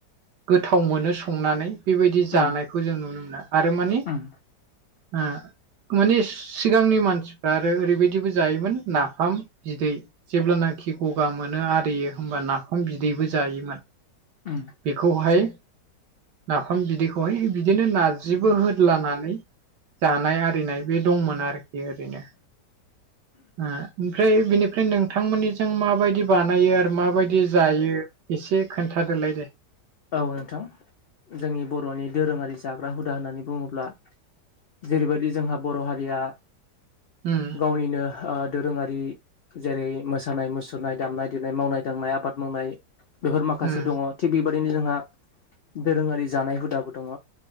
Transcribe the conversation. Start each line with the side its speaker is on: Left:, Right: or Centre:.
Right: गोथाव मोनो संनानै। बेबायदि जानायखौ
Left: उम
Right: जों नुनो मोनो आरो माने।
Left: उम
Right: ओ। माने सिगांनि मानसिफ्रा आरो ओरैबायदिबो जायोमोन नाफाम बिदै जेब्लानाखि। खि गगा मोनो आरियो होमबा नाफाम बिदैबो जायोमोन।
Left: उम
Right: बेखौहाय नाफाम बिदैखौहाय बिदिनो नारजिबो हो‌। होलानानै जानाय आरिनाय बे दंमोन आरोखि ओरैनो। ओ-ओमफ्राय बेनिफ्राय नोंथांमोननिजों माबायदि बानायो आरो माबायदि जायो? एसे खोन्थादोलाय दे।
Left: औ नोंथां जोंनि बर'नि दोरोङारि जाग्रा हुदा होननानै बुङोब्ला। जेरैबायदि जोंहा बर' हारिया
Right: उम
Left: गावनिनो ओ। दोरोङारि जेरै मोसानाय-मुसुरनाय, दामनाय-देनाय, मावनाय-दांनाय, आबाद मावनाय। बेफोर माखासे
Right: उम
Left: दङ' थिग बेबायदिनो जोंहा दोरोङारि जानाय हुदाबो दङ'।